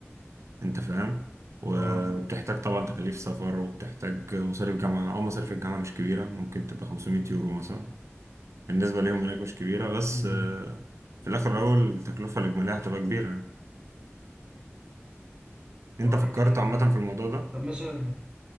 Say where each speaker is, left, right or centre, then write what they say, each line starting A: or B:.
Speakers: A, on the right; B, on the right.
A: أنت فاهم وبتحتاج
B: اه
A: طبعا تكاليف سفر وبتحتاج مصاريف جامعة أو مصاريف الجامعة مش كبيرة ممكن تبقى 500 يورو مثلا بالنسبة ليهم هناك مش كبيرة بس
B: أمم.
A: آه، في الآخر الأول التكلفة الإجمالية هتبقى كبيرة أنت
B: اه
A: فكرت
B: لا كتير
A: عامة
B: فعلا
A: في الموضوع ده؟
B: طب مثلا